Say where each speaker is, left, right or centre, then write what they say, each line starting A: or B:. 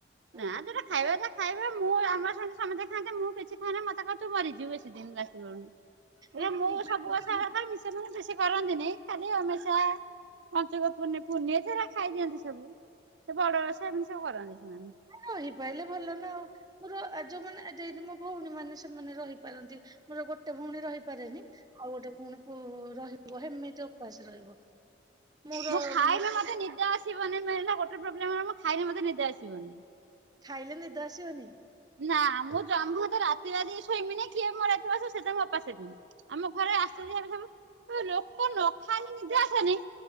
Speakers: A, on the right; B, on the right.
A: ମୁଁ
B: ନାଁ
A: ଖାଇବି
B: ଯୋଟା ଖାଇବା କଥା <unintelligible> ଖାଇବ ମୁଁ ଆମର ସାଙ୍ଗ ସମସ୍ତେ ଖାନ୍ତି ମୁଁ କିଛି ଖାଏନି ମତେ କହିବେ ମରିଯିବୁ ବେଶୀ ଦିନି ଲାଷ୍ଟିଙ୍ଗି କରିବୁନି। <unintelligible>
A: ଏ
B: ମୁଁ
A: ହୁଁ
B: ସବୁ
A: ହୁଁ
B: ବଛ ଖ ମି ସେ ମ ବେଶୀ <unintelligible> କରନ୍ତିନି ଖାଲି ଅମ୍ୟାସା ପଞ୍ଚୁକ ପୋନେ ପୁର୍ନି ଦାରା ଖାଇ ଦିଅନ୍ତି ସବୁ। ସେ ବଡ ଓଷା ଏମିତି ସବୁ କରନ୍ତି ସେମାନେ।
A: ରହିପାଇଲେ ଭଲ ନା ଆଉ। ମୋର ଯୋଉମାନେ ମୋ ଭଉଣୀ ମାନେ ସେମାନେ ରହିପାରନ୍ତି ମୋର ଗୋଟେ ଭଉଣୀ ରହିପାରେନି। <unintelligible> ଆଉ ଗୋଟେ ପୁଣି ରହିବ ହେମିତି ଉପାସ ରହିବ। ମୋର
B: ମୁଁ ଖାଇବି
A: ମୋର
B: ମତେ ନିଦେ ଆସିବନି ମେନ୍ ହେଲା ଗୋଟେ ପ୍ରୋବ୍ଲେମ ମୁଁ ଖାଇଲେ ମତେ ନିଦ ଆସିବନି।
A: ଖାଇଲେ ନିିଦ ଆସିବନି?
B: ନା ମୁଁ ଜାମାତ ରାତିରାତିି ଶୋଇମି ନି କିଏ ମରଥିବାସ ସେଟା ମୋ ଉପାସେ ରୁହେନି। <unintelligible> ଆମ ଘରେ ଆଶଯ୍ୟ ଏ ସବୁ କହିବେ ଲୋକ ନ ଖାଇଲେ ନିଧେ ଆସେନି